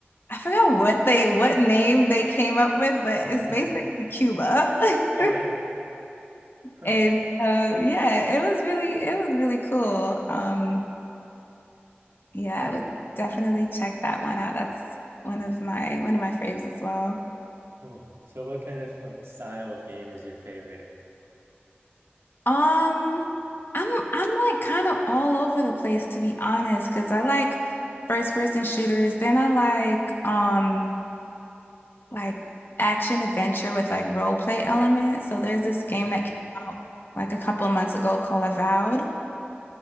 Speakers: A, on the left; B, on the right.
A: I forgot what they what name they came up with, but
B: <laughs>
A: it's basically Cuba. <laughs>
B: Okay. Huh.
A: And so yeah, it was really it was really cool. Um yeah, I would definitely check that one out. That's one of my one of my faves as well.
B: Cool. So what kind of like style of game is your favorite?
A: Um, I'm I'm like kind of all over the place to be honest, because I like first person shooters. Then I like um like action adventure with like role play elements. So there's this game
B: hmm
A: that came out like a couple of months ago called Avowed.